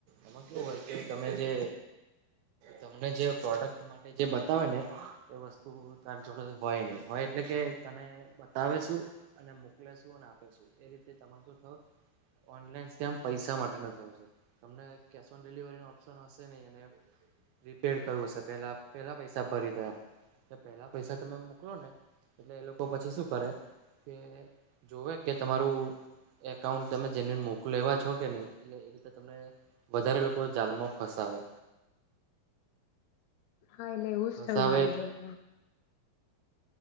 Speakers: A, on the right; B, on the left.
A: એમાં કેવું હોય કે તમે જે તમને જે પ્રોડક્ટ માટે જે બતાવે ને એ વસ્તુ તારી જોડે હોય નહી હોય એટલે કે તને બતાવેશું અને મોકલેશું અને આપેશું. એ રીતે તમાર થય ઓનલાઈન જેમ પૈસા માટેનો થયોશે તમને કેશ ઓન ડિલિવરી ન ઓપ્શન હશે નહી અને રીપેડ કરું હશે પેલા પેલા પૈસા ભરી દે એમ પેલા પૈસા તમે મોકલો ને એટલે એ લોકો પછી શું કરે કે જોવે કે તમારું એકાઉન્ટ તમે જેન મોક એેવા છો કે નહી એટલે એ રીતે તમને વધારે લોકો જાલમાં ફસાવે.
B: હા એટલે એવું
A: ફસાવે
B: જ થયું મારી જોડેમાં